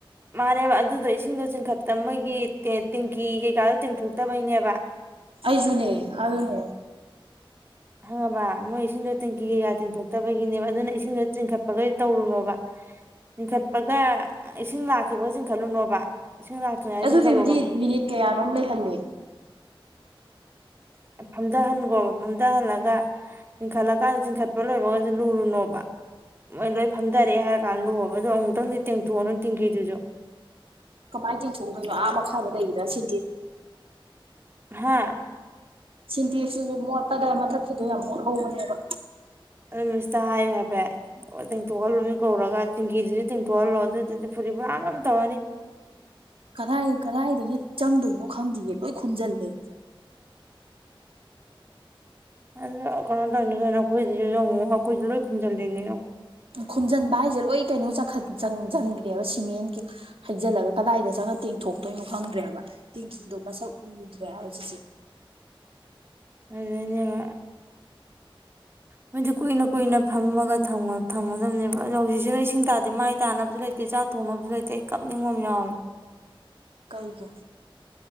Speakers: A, on the right; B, on the right.
A: ꯃꯥꯅꯦꯕ ꯑꯗꯨꯗꯣ ꯏꯁꯤꯡꯗꯣ ꯆꯤꯡꯈꯠꯇ ꯃꯣꯏꯒꯤ ꯇꯦꯡꯀꯤ ꯀꯩꯀꯥꯗꯣ ꯇꯦꯡꯊꯣꯛꯇꯕꯩꯅꯦꯕ
B: ꯑꯩꯁꯨꯅꯦ ꯑꯗꯨꯅꯦ
A: ꯈꯪꯉꯕ ꯃꯣꯏ ꯏꯁꯤꯡꯗꯣ ꯇꯦꯡꯀꯤ ꯀꯩꯀꯥ ꯇꯦꯡꯊꯣꯛꯇꯕꯒꯤꯅꯦꯕ ꯑꯗꯨꯅ ꯏꯁꯤꯡꯗꯣ ꯆꯤꯡꯈꯠꯄꯒ ꯇꯧꯔꯨꯅꯣꯕ ꯆꯤꯡꯈꯠꯄꯒ ꯏꯁꯤꯡ ꯂꯥꯛꯈꯤꯕꯒ ꯆꯤꯡꯈꯠꯂꯨꯅꯣꯕ ꯏꯁꯤꯡ ꯂꯥꯛꯇ꯭ꯔꯤꯉꯩ
B: ꯑꯗꯨꯗꯤꯕꯨꯗꯤ
A: ꯆꯤꯡꯈꯠꯂꯣꯕ
B: ꯃꯤꯅꯤꯠ ꯀꯌꯥꯅꯣꯝ ꯂꯩꯍꯜꯂꯦ
A: ꯐꯝꯊꯍꯟꯈꯣꯕ ꯐꯝꯊꯍꯜꯂꯒ ꯆꯤꯡꯈꯠꯂꯀꯥꯟꯗ ꯆꯤꯡꯈꯠꯄ ꯂꯣꯏꯕꯒꯁ ꯂꯨꯔꯨꯅꯣꯕ ꯃꯣꯏ ꯂꯣꯏ ꯐꯝꯊꯔꯦ ꯍꯥꯏꯔ ꯀꯥꯟ ꯂꯨꯕ ꯑꯣ ꯑꯗꯣ ꯑꯃꯨꯛꯇꯪꯗꯤ ꯇꯦꯡꯊꯣꯛꯑꯅ ꯇꯤꯡꯈꯤꯗꯨꯁꯨ
B: ꯀꯃꯥꯏ ꯇ ꯐꯣ ꯃꯈ ꯈꯔꯗ ꯂꯩꯗ ꯁꯤ
A: ꯍꯥꯥ
B: ꯁꯤꯟꯇꯤꯁꯨ ꯃꯣꯠꯄꯗ ꯃꯊꯛꯇꯗ ꯌꯥꯝ ꯃꯣꯠꯍꯧꯕꯅꯦꯕ
A: ꯑꯗꯨ ꯃꯤꯁꯇ ꯍꯥꯏꯌꯨ ꯍꯥꯏꯐꯦꯠ ꯇꯦꯡꯇꯣꯛꯍꯜꯂꯣ ꯃꯤ ꯀꯧꯔꯒ ꯇꯦꯡꯀꯤꯗꯨꯁꯨ ꯇꯦꯡꯇꯣꯛꯍꯜꯂꯣ ꯑꯗꯨꯗꯨꯗꯤ ꯐꯨꯔꯤ ꯄꯨꯔꯥ ꯑꯗꯨꯝ ꯇꯧꯔꯅꯤ
B: ꯀꯗꯥꯏ ꯀꯗꯥꯏꯗꯒꯤ ꯆꯪꯗꯣꯏꯅꯣ ꯈꯪꯗꯒꯦ ꯂꯣꯏ ꯈꯣꯝꯖꯤꯜꯂꯦ
A: ꯑꯗꯨ ꯀꯅ ꯇꯪꯅꯤ ꯀꯅ ꯑꯩꯈꯣꯏꯗꯨꯁꯨꯉꯣ ꯑꯩꯈꯣꯏꯁꯨ ꯂꯣꯏ ꯈꯨꯝꯖꯜꯂꯤꯅꯦ
B: ꯈꯨꯝꯖꯤꯟꯕ ꯍꯥꯏꯁꯦ ꯂꯣꯏ ꯀꯩꯅꯣ ꯆꯪꯁꯤꯟꯒ <unintelligible> ꯃꯟ ꯀ ꯍꯛꯖꯥ ꯂꯒ ꯀꯗꯥꯏꯗ ꯆꯪꯉ ꯇꯦꯡꯊꯣꯛꯇꯣꯏꯅꯣ ꯈꯪꯗ꯭ꯔꯦꯕ ꯇꯦꯡꯀꯤꯗꯣ ꯃꯁꯛ ꯎꯗ꯭ꯔꯦꯕ ꯁꯤꯁꯦ
A: ꯑꯗꯨꯅꯦꯕ ꯃꯣꯏꯁꯨ ꯀꯨꯏꯅ ꯀꯨꯏꯅ ꯐꯝꯃꯒ ꯊꯝꯒꯗꯕꯅꯦꯕ ꯑꯣ ꯍꯧꯖꯤꯛꯁꯤꯅ ꯏꯁꯤꯡ ꯇꯥꯗꯦ ꯃꯥꯏ ꯇꯥꯅꯕꯁꯨ ꯂꯩꯇꯦ ꯆꯥꯛ ꯊꯣꯡꯅꯕꯁꯨ ꯂꯩꯇꯦ ꯑꯩ ꯀꯞꯅꯤꯡꯕ ꯑꯃ ꯌꯥꯎꯏꯦ
B: ꯀꯩ ꯀꯦ